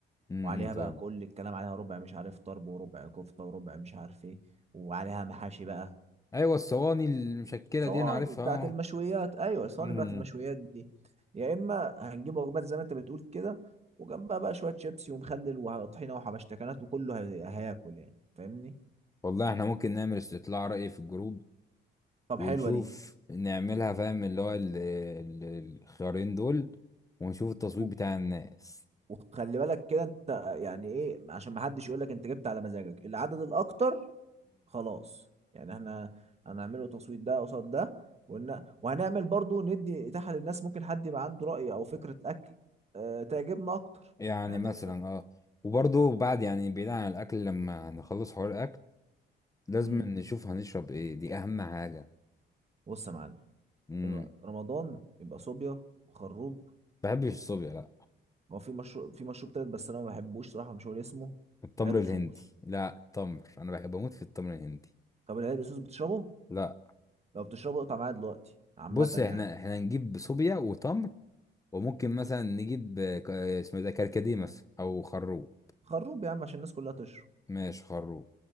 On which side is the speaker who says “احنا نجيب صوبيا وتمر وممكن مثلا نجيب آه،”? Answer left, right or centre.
Left